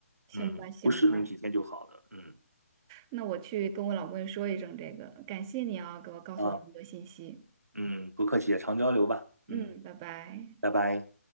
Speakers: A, on the right; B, on the right.
A: 行吧，
B: 嗯，
A: 行吧，
B: 不是能几天就好的。嗯
A: 那我去跟我老公也说一声这个，感谢你啊，给我告诉我这么多信息。
B: 啊，嗯，不客气，常交流吧。
A: 嗯，
B: 嗯，
A: 拜拜。
B: 拜拜。